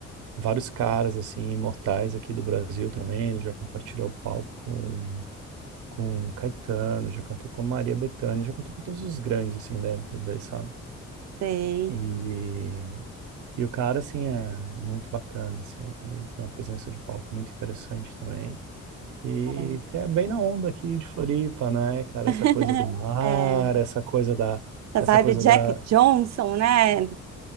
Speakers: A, on the right; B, on the right.
A: vários caras, assim, imortais aqui do Brasil também, ele já compartilhou o palco com, com Caetano, já cantou com a Maria Bethânia, já cantou com todos os grandes, assim, da MPB, sabe?
B: sei.
A: E, e o cara, assim, é muito bacana, assim, ele tem uma presença de palco muito interessante também. E
B: é.
A: é bem na onda aqui de Floripa, né, cara?
B: <laughs>
A: Essa coisa do mar,
B: É,
A: essa coisa da,
B: essa
A: essa
B: vibe
A: coisa
B: Jack
A: da,
B: Johnson, né?